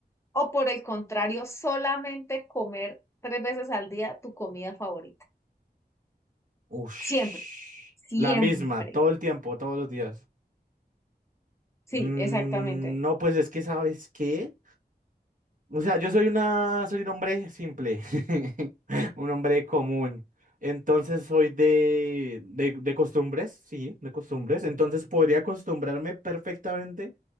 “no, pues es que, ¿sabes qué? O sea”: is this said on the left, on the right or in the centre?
Right